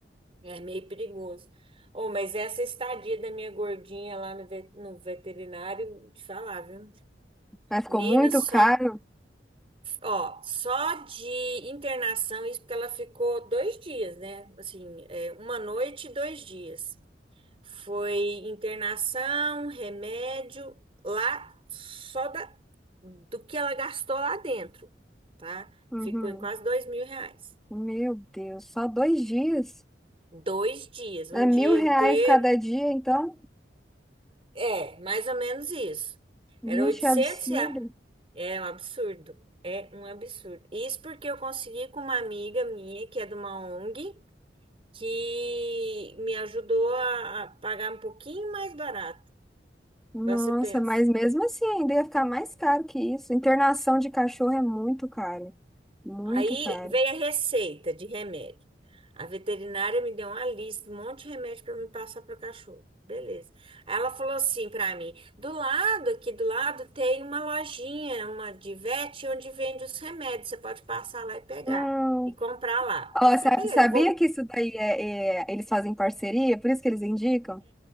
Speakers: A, on the right; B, in the centre.
A: é meio perigoso. Oh, mas essa estadia da minha gordinha lá no, ve- no veterinário, te falar, viu?
B: <laughs> Mas ficou
A: Nina,
B: muito
A: só,
B: caro.
A: ó, só de internação, isso porque ela ficou dois dias, né? Assim, é, uma noite e dois dias. Foi internação, remédio, lá só da, do que ela gastou lá dentro, tá?
B: Uhum.
A: Ficou em quase dois mil reais.
B: Meu Deus, só dois dias?
A: Dois dias, um
B: É mil
A: dia
B: reais
A: inteiro.
B: cada dia, então?
A: É, mais ou menos isso.
B: Gente,
A: Era 800
B: é absurdo.
A: reais. É um absurdo. É um absurdo. Isso porque eu consegui com uma amiga minha, que é de uma ONG, que me ajudou a a pagar um pouquinho mais barato.
B: Nossa,
A: Agora você pensa.
B: mas mesmo assim ainda ia ficar mais caro que isso. Internação de cachorro é muito caro. Muito
A: Aí
B: caro.
A: veio a receita de remédio. A veterinária me deu uma lista, um monte de remédio para me passar para cachorro. Beleza. Aí ela falou assim para mim: do lado, aqui do lado, tem uma lojinha, uma de vet, onde vende os remédios. Você pode passar lá e pegar
B: Não.
A: e comprar lá.
B: Ó,
A: Eu falei:
B: sa-
A: beleza,
B: sabia
A: eu vou.
B: que isso daí é, é- eles fazem parceria? Por isso que eles indicam?